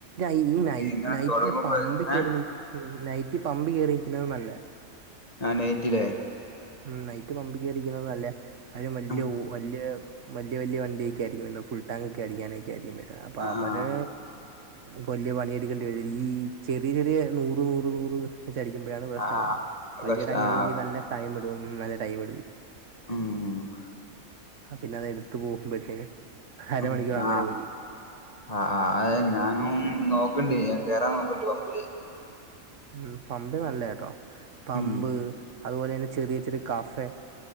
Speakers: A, on the right; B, on the left.
A: ഈ ഈ
B: അപ്പൊ
A: ന
B: എങ്ങനെ
A: നൈറ്റിലെ
B: തുടങ്ങുമ്പോ
A: പമ്പി കേറി
B: ഏഹ്
A: നിക്ക് <unintelligible> ഉം നൈറ്റ് പമ്പ് കയറിയിരിക്കുന്നത് നല്ലാ
B: ആഹ് നെയ്ററില്ലേ
A: ഉം നൈറ്റ് പമ്പിക്കേറരിക്കുന്നത് നല്ല കാര്യം വലിയ
B: ഉം
A: വലിയ വലിയ വല്യ വണ്ടിയൊക്കെ ആയിരിക്കും വരുന്നത് ഫുൾടാങ് ഒക്കെ അടിക്കാനൊക്കെ ആയിരിക്കും വരുന്നത് അപ്പൊ
B: ആഹ്
A: അവര് വല്ല്യ പണിയെടുക്കേണ്ടി വരീ ഈ ചെറിയ ചെറിയ നൂറ് നൂറ് നൂറ് ചടിക്കുമ്പോഴാണ് പ്രശ്നം
B: ആഹ്
A: വരുന്നത് വള്ളിട
B: കഷ്ട
A: കക്കുമ്പോ
B: ആഹ്
A: നല്ല ടൈം എടും നല്ല ടൈം എടുക്കും
B: ആഹ്
A: ആഹ് പിന്നെ അത് എടുത്ത് പോകുമ്പോഴത്തേന് അരമണിക്കൂർ
B: ഉം
A: അങ്ങനെ
B: ആഹ്
A: പോയി കിട്ടും
B: ആഹ് അത് ഞാനും നോക്ക്ണ്ട് ഞാൻ കേറാൻ നോക്കണ്ട് പമ്പില്
A: ഉം പമ്പ് നല്ല കേട്ടോ പമ്പ്
B: ഉം
A: അതുപോലെ തന്നെ ചെറിയ ചെറിയ കഫെ